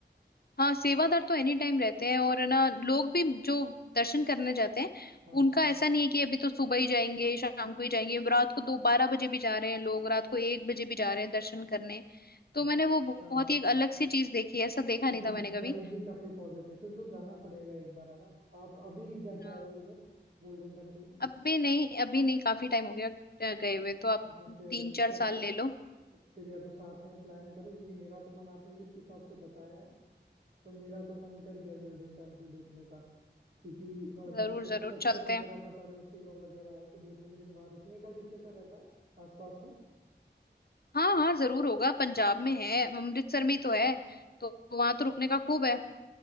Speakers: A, on the left (about 60°); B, on the right (about 55°).
A: हाँ सेवादार तो एनी टाइम रहते हैं और ना लोग भी जो दर्शन करने जाते हैं
B: हाँ हाँ
A: उनका ऐसा नहीं है कि अभी तो सुबह ही जाएंगे शाम को ही जाएंगे रात को दो बारह बजे भी जा रहे हैं लोग रात को एक बजे भी जा रहे हैं दर्शन करने तो
B: अच्छा
A: मैंने वो बहुत ही एक अलग सी चीज देखी है ऐसा देखा नहीं
B: मतलब
A: था मैंने कभी
B: वाइब भी काफी पॉजिटिव फिर तो जाना पड़ेगा एक बार है ना आप अभी जाके
A: हाँ
B: आए हो इधर गोल्डन टेम्पल में
A: अभी नहीं अभी नहीं काफी टाइम हो गया अ, गए हुए तो आप
B: हाँ, तो फिर
A: तीन चार
B: स,
A: साल ले लो
B: फिर या तो साथ में प्लान करो क्योंकि मेरा तो मन आपने जिस हिसाब से बताया है तो मेरा तो मन कर गया गोल्डन टेम्पल देखने का क्योंकि अ, जैसे
A: जरूर जरूर
B: स्ट्रक्चर
A: चलते
B: वगैरह
A: हैं
B: आप बता रहे हो सेवा वगैरह है तो दो तीन दिन वहां रुकने का कुछ ऐसा रहता है आसपास में
A: हाँ हाँ जरूर होगा पंजाब में है अमृतसर में ही तो है तो वहां तो रुकने का खूब है